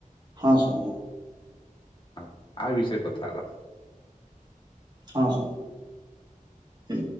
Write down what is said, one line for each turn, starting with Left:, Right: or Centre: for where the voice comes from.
Right: ହଁ ସାର୍ ହଁ।
Left: ହଁ ଆ ବିଷୟରେ କଥା ହବା।
Right: ହଁ ସାର୍। ହୁଁ।